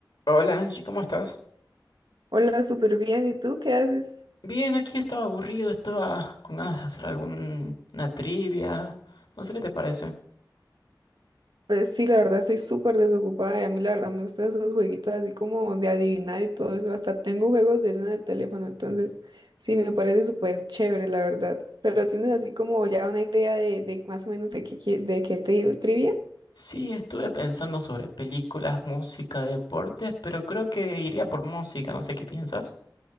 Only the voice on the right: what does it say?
Hola, súper bien. ¿Y tú qué haces?
Pues sí, la verdad estoy súper desocupada y a mí la verdad me gustan esos jueguitos así como de adivinar y todo eso. Hasta tengo juegos de eso en el teléfono, entonces sí, me parece súper chévere, la verdad. Pero tienes así como ya una idea de, de más o menos de qué, qué- de qué te trivia.